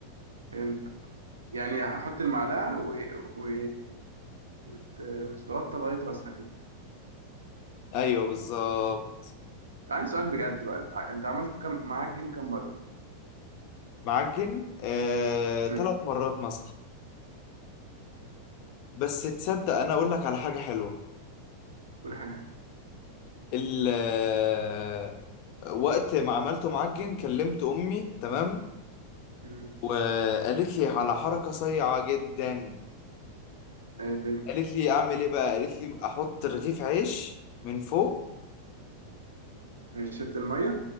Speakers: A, on the right; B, on the left.
A: فهمت يعني هحط المعلقه و... و... وت... وتتغطى لغايه راسها كده
B: ايوه بالظبط
A: انت عندي سؤال بجد بقى انت, انت عملته كم معاك جيم كم مره
B: معجن آه،
A: مم.
B: ثلاث مرات مثلا بس تصدق انا اقول لك على حاجه حلوه
A: قول حاجه عنه
B: ال آه، وقت ما عملته معجن كلمت امي تمام
A: مم.
B: وقالت لي على حركه صيعه جدا
A: ايه
B: قالت لي اعمل ايه بقى قالت لي احط رغيف عيش من فوق
A: دي شد الميه